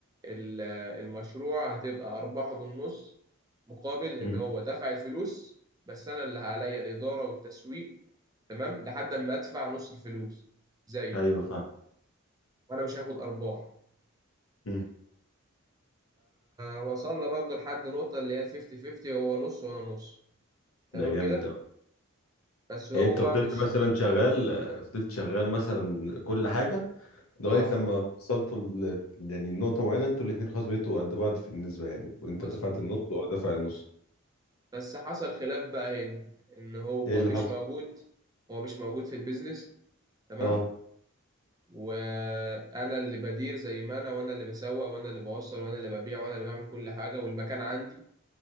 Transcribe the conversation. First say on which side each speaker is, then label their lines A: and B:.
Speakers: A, on the right (about 15°); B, on the left (about 75°).
A: ال- المشروع هتبقى ارباحه بالنص مقابل ان
B: مم.
A: هو دفع الفلوس بس انا اللي عليا الادارة والتسويق تمام لحد ما ادفع نص الفلوس زيه
B: ايوه فاهم
A: وانا مش هاخد ارباح
B: مم.
A: فوصلنا برضه لحد نقطة اللي هي ال 50 50 هو نص وانا نص تمام
B: ده جامد
A: كده
B: أوي
A: بس هو
B: يعني انت فضلت
A: مش
B: مثلا شغال فضلت شغال مثلا كل حاجه لغايه
A: اه
B: لما وصلتوا ل... يعني نقطه معينه انتوا الاتنين خلاص بقيتوا قد بعض في النسبه يعني وانت
A: مظبوط
B: دفعت النص وهو دفع النص
A: بس حصل خلاف بقى هنا ان هو
B: ايه اللي
A: مش
B: حصل؟
A: موجود هو مش موجود في البيزنس تمام
B: اه
A: وانا اللي بدير زي ما انا وانا اللي بسوق وانا اللي بوصل وانا اللي ببيع وانا اللي بعمل كل حاجه والمكان عندي